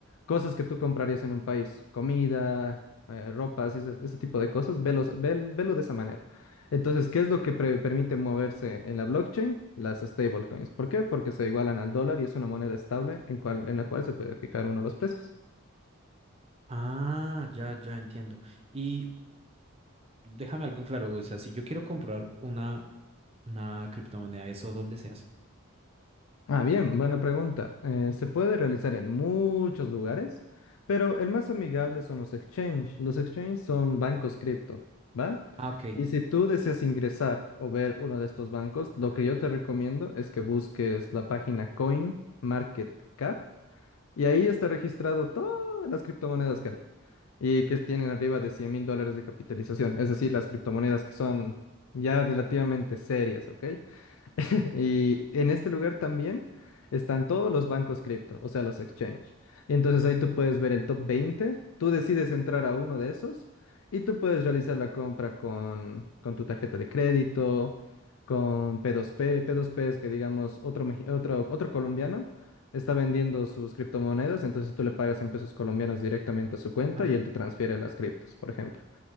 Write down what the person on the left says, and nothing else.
cosas que tú comprarías en un país, comida, eh, ropas y ese, ese tipo de cosas, velos, vel- velo de esa manera. Entonces, ¿qué es lo que pre- permite moverse en la blockchain? Las stablecoins. ¿Por qué? Porque se igualan al dólar y es una moneda estable en cual- en la cual se puede fijar uno los precios.
Ah, bien, buena pregunta. Eh, se puede realizar en muchos lugares, pero el más amigable son los exchange. Los exchange son bancos cripto, ¿va?
Y si tú deseas ingresar o ver uno de estos bancos, lo que yo te recomiendo es que busques la página CoinMarketCap y ahí está registrado todas las criptomonedas que hay y que tienen arriba de cien mil dólares de capitalización, es decir, las criptomonedas que son ya relativamente serias, ¿ok? <laughs> Y en este lugar también están todos los bancos cripto, o sea, los exchange. Entonces ahí tú puedes ver el top 20, tú decides entrar a uno de esos y tú puedes realizar la compra con, con tu tarjeta de crédito, con P2P. P2P es que, digamos, otro, meji- otro, otro colombiano está vendiendo sus criptomonedas, entonces tú le pagas en pesos colombianos directamente a su cuenta
y
él te transfiere las criptos, por ejemplo.